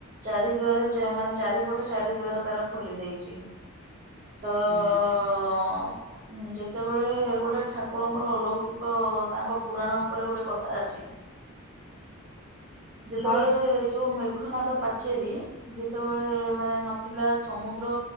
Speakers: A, on the right; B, in the centre.
A: ଚାରି ଦ୍ଵାର ଚା ମାନେ ଚାରିପଟେ ଚାରି ଦୁଆର ତାର ଖୋଲି ଦେଇଚି। ତ
B: ହୁଁ।
A: ଅଁ। ହୁଁ ଯେତେବେଳେ ଗୋଟେ ଠାକୁରଙ୍କର ଅଲୌକିକ ତାଙ୍କ ପୁରାଣ ଉପରେ ଗୋଟେ କଥା ଅଚି। ଯେତେବେଳେ
B: ମୁଁ ବି
A: ଯୋଉ ମେଘନାଦ ପାଚେରୀ ଯେତେବେଳେ ମାନେ ନଥିଲା ସମୁଦ୍ର